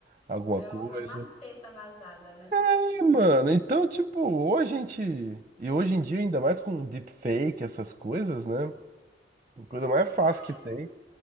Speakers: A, on the right; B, on the left.
A: alguma
B: Deu
A: coisa.
B: deu uma teta vazada, né?
A: É, mano, então tipo, hoje a gente e hoje em dia ainda mais com deepfake, essas coisas, né? A coisa mais fácil
B: Ah,
A: que tem.
B: é, mas.